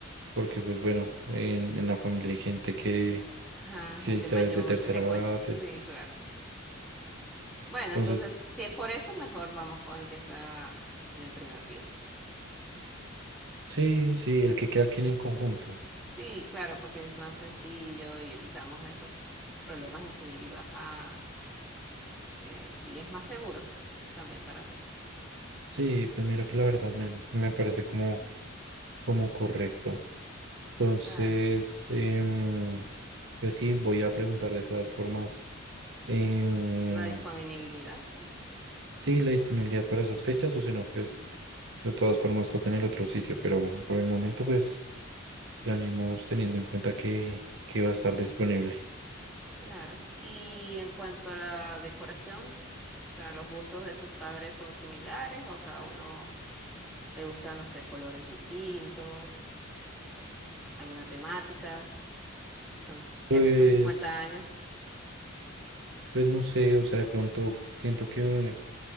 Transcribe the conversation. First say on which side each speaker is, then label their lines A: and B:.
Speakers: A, on the right; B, in the centre.
A: porque pues bueno, en, en la familia hay gente que,
B: Ajá,
A: que
B: gente
A: ya
B: mayor,
A: es de tercera
B: que le cuesta?
A: edad,
B: Sí, claro. Bueno,
A: entonces
B: entonces, si es por eso, mejor vamos con el que está en el primer piso.
A: sí, sí, el que queda aquí en el conjunto,
B: Sí, claro, porque es más sencillo y evitamos esos problemas de subir y bajar, eh, y es más seguro también para todos.
A: sí, pues mira que la verdad me, me parece como, como correcto. Entonces,
B: Claro,
A: em, pues sí, voy a preguntar de todas formas em,
B: la disponibilidad, sí,
A: sí, la disponibilidad para esas fechas o si no, pues de todas formas toca en el otro sitio, pero por el momento pues planeemos teniendo en cuenta que, que va a estar disponible.
B: claro. Y en cuanto a la decoración, o sea, ¿los gustos de tus padres son similares o a cada uno le gusta, no sé, colores distintos, alguna temática, son,
A: Pues,
B: ya que son 50 años?
A: pues no sé, o sea, de pronto siento que